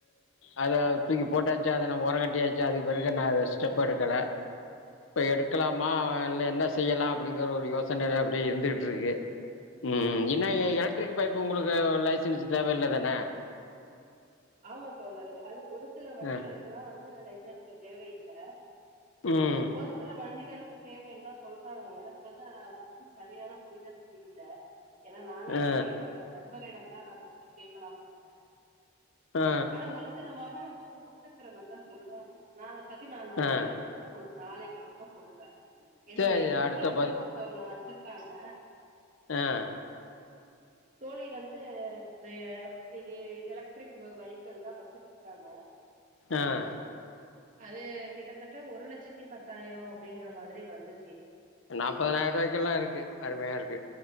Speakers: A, on the left; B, on the right.
A: அத தூக்கி போட்டாச்சு அதனா ஓரங் கட்டியாச்சு அது பிறகு நாரெஸ் ஸ்டெப் எடுக்கல இப்ப எடுக்கலாமா வே இல்ல என்ன செய்யலா அப்படிங்கிற ஒரு யோச சென்னையல அப்படியே இருந்துட்டு இருக்கு ம் என்ன எலக்ட்ரிக் பை உங்களுக்கு லைசன் தேவ இல்ல தான
B: ஆமா தோழரே அது ஒரு சில வண்டிகளுக்கு
A: அ
B: தா வந் து லைசன்ஸ் தேவயில்ல
A: ம்
B: ஒரு சில வண்டிக் குகளுக்கு தேவைன்னதா சொல்றாங்க எனக்கு வந்து அது பத்தி சரியான புரிதல் இல்ல ஏன்னா நானே
A: அ
B: வந்து இன்னொன்னு நண் உங்களிடம்தா அத பத்தி கேட்கலாம்னு இருந்தே
A: அ
B: ஆனா ஒரு சிலவா ம எங்களுக்கு உண்டுங்கிற மாறிதா சொல்றாங்க நா பத்தி நா நா
A: அ
B: தெரிஞ்சுக்கிட்டே உங்களுக்கு நாளை கண்டிப்பா சொல்றே என்னுடைய
A: சரி
B: தோழி
A: அடுத்த
B: கூட ஒருத்தவங்க வ இருக்காங்க
A: ஹ்
B: தோழி வந்து இது இது எலக்ட்ரிக் வை வைக்கல் தா வச்சிருக்காங்க
A: ஆஹ்
B: அது கிட்டத்தட்ட ஒரு லட்சத்தி பத்தாயிரோ அப்படிங்கற மாதிரி வந்துச்சு
A: நாப்பனாயிர ரூபாய்க்கெல்லா இருக்கு அருமையா இருக்கு